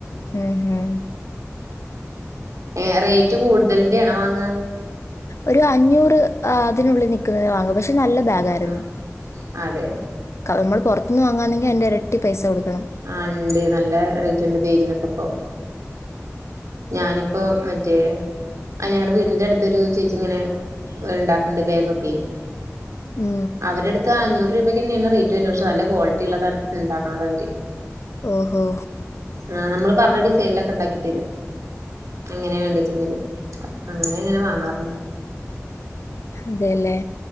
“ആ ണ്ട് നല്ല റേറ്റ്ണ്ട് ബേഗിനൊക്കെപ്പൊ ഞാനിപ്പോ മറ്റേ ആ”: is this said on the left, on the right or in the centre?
Right